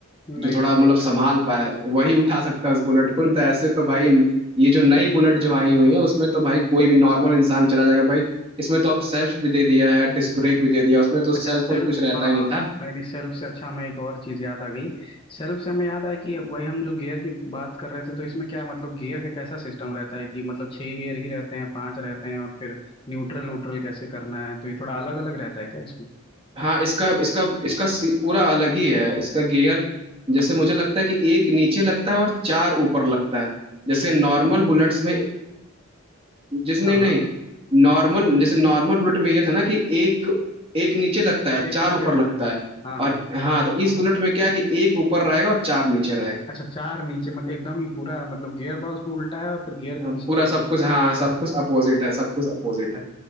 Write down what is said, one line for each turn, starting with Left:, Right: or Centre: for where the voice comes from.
Left: नहीं
Right: जो थोड़ा
Left: नहीं सही
Right: मतलब
Left: कह
Right: संभाल
Left: रहे हैं।
Right: पाए वही उठा सकता है उस बुलेट को नहीं तो ऐसे तो भाई ये जो नई बुलेट जो आई हुई है उसमें तो भाई कोई भी नॉर्मल इंसान चला जाएगा भाई इसमें तो अब सेल्फ भी दे दिया है डिस्क ब्रेक भी दे दिया उसमें तो
Left: अच्छा
Right: सेल्फ
Left: सेल्फ
Right: और कुछ रहता
Left: हाँ
Right: ही
Left: हाँ
Right: नहीं था
Left: नहीं नहीं सेल्फ से अच्छा हमें एक और चीज़ याद आ गई सेल्फ से हमें याद आया कि वही हम जो गियर की बात कर रहे थे तो इसमें क्या मतलब गियर का कैसा सिस्टम रहता है कि मतलब छह गियर ही रहते हैं पांच रहते हैं और फिर न्यूट्रल व्यूट्रल कैसे करना है तो ये थोड़ा अलग अलग रहता है क्या इसमें
Right: हाँ इसका इसका इसका सी- पूरा अलग ही है इसका गियर जैसे मुझे लगता है कि एक नीचे लगता है और चार ऊपर लगता है जैसे नॉर्मल बुलेट्स में जैसे
Left: हाँ
Right: नहीं नहीं
Left: हाँ
Right: नॉर्मल जैसे नॉर्मल बुलेट में ये था ना कि एक एक नीचे लगता है चार
Left: एक नीचे
Right: ऊपर
Left: रहता
Right: लगता
Left: है हाँ
Right: है
Left: हाँ
Right: और
Left: हाँ
Right: हाँ तो इस बुलेट में क्या है कि एक ऊपर रहेगा और चार नीचे रहेगा
Left: अच्छा चार नीचे मतलब एकदम ही पूरा मतलब गियर बॉक्स भी उल्टा है और फिर गियर
Right: हाँ,
Left: का सिस्टम
Right: पूरा सब
Left: पूरा
Right: कुछ हाँ सब कुछ अपोजिट है सब कुछ अपोजिट है